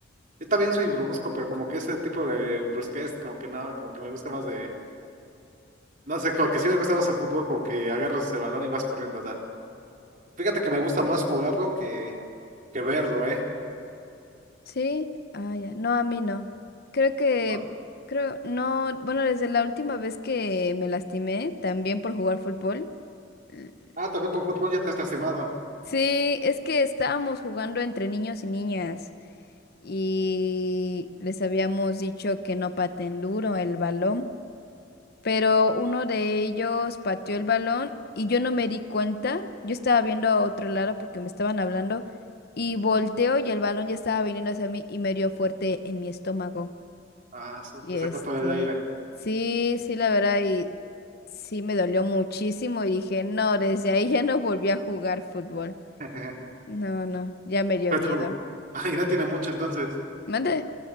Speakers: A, on the right (about 45°); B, on the left (about 55°).
A: yo también soy brusco, pero como que ese tipo de brusquez, como que no, como que me gusta más de, no sé, como que sí me gusta más el fútbol, como que agarras el balón y vas corriendo, Fíjate que me gusta más jugarlo que, que verlo, ¿eh?
B: Sí, ah, ya. No, a mí no. Creo que,
A: No.
B: creo, no, bueno, desde la última vez que me lastimé, también por jugar fútbol. l-
A: Ah, también con fútbol ya te has lastimado.
B: Sí, es que estábamos jugando entre niños y niñas. y les habíamos dicho que no paten duro el balón, pero uno de ellos pateó el balón y yo no me di cuenta, yo estaba viendo a otro lado porque me estaban hablando y volteo y el balón ya estaba viniendo hacia mí y me dio fuerte en mi estómago.
A: Ah, su-
B: Y
A: te
B: este,
A: sacó todo el aire.
B: sí, sí, la verdad, y sí me dolió muchísimo y dije, no, desde ahí ya no volví a jugar fútbol.
A: <laughs>
B: No, no, ya me dio
A: Pues,
B: miedo.
A: como- Ah, y no tiene mucho entonces.
B: ¿Mande?